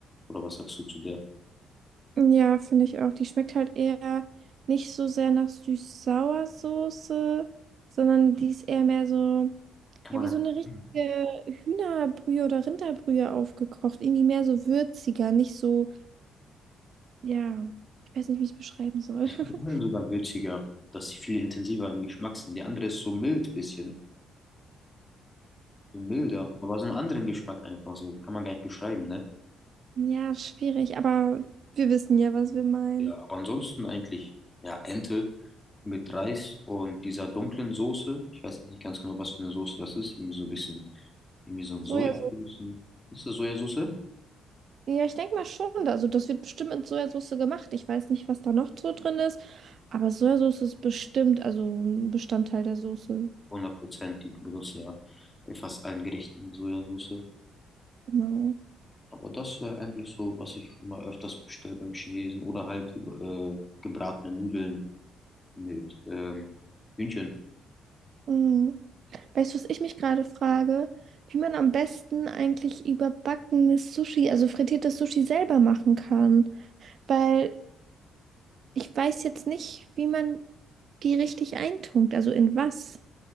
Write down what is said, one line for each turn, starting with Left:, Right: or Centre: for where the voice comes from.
Left: Oder was sagst du zu der?
Right: Ja, finde ich auch. Die schmeckt halt eher nicht so sehr nach Süß-Sauer-Soße, sondern die ist eher mehr so,
Left: Kann
Right: ja,
Left: man
Right: wie so eine richtige
Left: Hm.
Right: Hühnerbrühe oder Rinderbrühe aufgekocht. Irgendwie mehr so würziger, nicht so, ja, ich weiß nicht, wie ich es beschreiben soll.
Left: ich
Right: <laughs>
Left: finde die anderen sogar würziger, dass sie viel intensiver im Geschmack sind. Die andere ist so mild bisschen, so milder, aber so einen anderen Geschmack einfach so, kann man gar nicht beschreiben, ne?
Right: Ja, schwierig, aber wir wissen ja, was wir meinen.
Left: Ja, aber ansonsten eigentlich, ja, Ente mit Reis und dieser dunklen Soße. Ich weiß nicht ganz genau, was für eine Soße das ist, irgendwie so ein bisschen Irgendwie so ein
Right: Sojasauce.
Left: Sojasauce. Ist das Sojasauce?
Right: Ja, ich denke mal schon. Also, das wird bestimmt mit Sojasauce gemacht. Ich weiß nicht, was da noch so drin ist, aber Sojasauce ist bestimmt, also ein Bestandteil der Soße.
Left: 100%, die benutzen ja bei fast allen Gerichten Sojasauce.
Right: Genau.
Left: Aber das wäre eigentlich so, was ich immer öfters bestelle beim Chinesen. Oder halt äh, gebratene Nudeln mit ähm, Hühnchen.
Right: Mhm. Weißt du, was ich mich gerade frage? Wie man am besten eigentlich überbackenes Sushi, also frittiertes Sushi selber machen kann. Weil ich weiß jetzt nicht, wie man die richtig eintunkt, also in was.